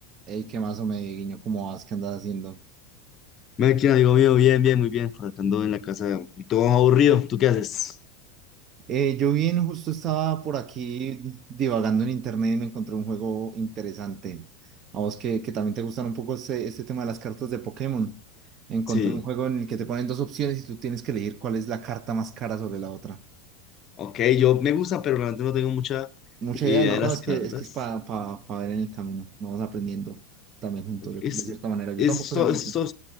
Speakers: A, on the right; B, on the left.
A: Ey, ¿qué más me guiño? ¿Cómo vas? ¿Qué andas haciendo?
B: Melkin, amigo mío, bien, bien, muy bien. Por acá ando en la casa y todo aburrido. ¿Tú qué haces?
A: Eh, yo bien, justo estaba por aquí divagando en internet y me encontré un juego interesante. A vos que, que también te gustan un poco este, este tema de las cartas de Pokémon. Encontré
B: Sí.
A: un juego en el que te ponen dos opciones y tú tienes que elegir cuál es la carta más cara sobre la otra.
B: Ok, yo me gusta, pero realmente no tengo mucha
A: Mucha
B: idea
A: idea, no,
B: de las
A: no, es
B: cartas.
A: que es que es para ver en el camino. Vamos aprendiendo también juntos,
B: Ok,
A: yo-
B: Es,
A: de cierta manera. Yo
B: es,
A: tampoco
B: so-
A: sé mucho.
B: es so-